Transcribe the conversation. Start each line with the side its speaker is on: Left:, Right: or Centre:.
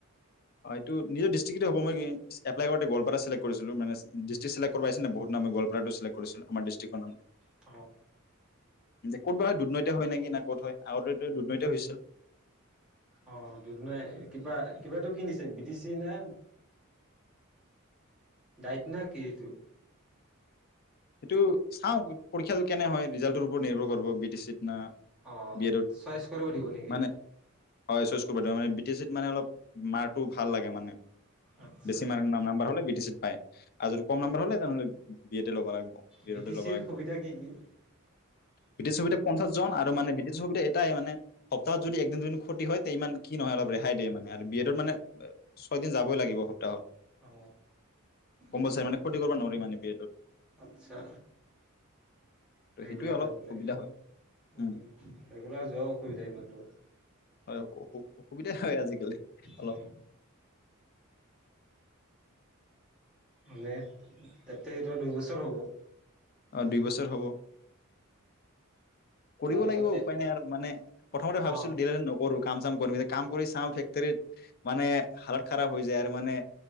Left: হয় এইটো নিজৰ ডিষ্ট্ৰিকটটো হ'বই এপল কৰতে গালপাৰা চেক্ কৰিছিলো মানে ডিষ্টিক চে্ট কৰ পি ননে বহুত ন ম গোৱপাৰাতটো চেক্ট কৰিছিলো আমাৰ ডিষ্টিক্ৰ নামটো
Centre: ত
Left: ক'ত ব হয় দুৰ্নৈতি হয় নেকি না ক'ত হয় আগতেতো দুৰ্নৈতি হৈছিল
Centre: অ দুদ নাই কিবা কিবাাতটো কিনিছে বিদি চি না ডাইট না কি সেইটো
Left: টো চাওঁ পৰীক্ষাটো কেনে হয় ৰিজাল্টটো পৰতৰ্ভৰ কৰিব বি টি চিত না
Centre: অ
Left: বি এডত
Centre: চইচ কৰিব দিব নেকি
Left: মানে হয় চচ কৰিব মানে বি টি চিত মানে অলপ মাৰ্কটো ভাল লাগে মানে
Centre: আচ্ছা।
Left: বেছি মাৰৰ ন নাম্বাৰ হলে ব্ৰটি চি হয় আজদি কম নাম্বাৰ হলে তেনেহ'লে বিয়াতে ল'ব
Centre: বি টি চিৰ
Left: লাগিব
Centre: সুবিধা
Left: <unintelligible>
Centre: কি কি?
Left: ব্ৰিটিছ সুবিধা পঞ্চাশ জন আৰু মানে ব্ৰিটিছ সুবিধা এটাই মানে তাত যদি একদিন দুইদিন ক্ষতি হয় তে ইমান কি নহয় অলপ ৰেহাই দিয়ে মানে আৰু বি এডত মানে ছয় দিন যাবই লাগিব সপ তাহত
Centre: অ
Left: কম
Centre: সেইটোৱে
Left: বইচাই মানে ক্ষতি কৰিব নোৱাৰি মানে বিয়াটোত।
Centre: আচ্ছা ৰেগুলাৰ
Left: সেইটোৱে অলপ
Centre: যাব
Left: অসুবিধা
Centre: লাগে
Left: হয় উম
Centre: ৰেগুলাৰ যোৱাও অসুবিধা ইমান দুৰ।
Left: হয় অসুবিধাই হয় আজিকালি। অলপ
Centre: উম। মানে তাতে এইটো দুই বছৰ হ'ব।
Left: অ দুই বছৰ হ'ব কৰিব
Centre: তাৰপিছত
Left: লাগিব উপায় নাই আৰু মানে প্ৰথমতে ভাবিছিলো
Centre: অ
Left: <unintelligible> নকৰো কাম চাম কৰিম এতিয়া কাম কৰি চাওঁ ফেক্টৰীত মানে হালত খাৰাপ হৈ যায় আৰু মানে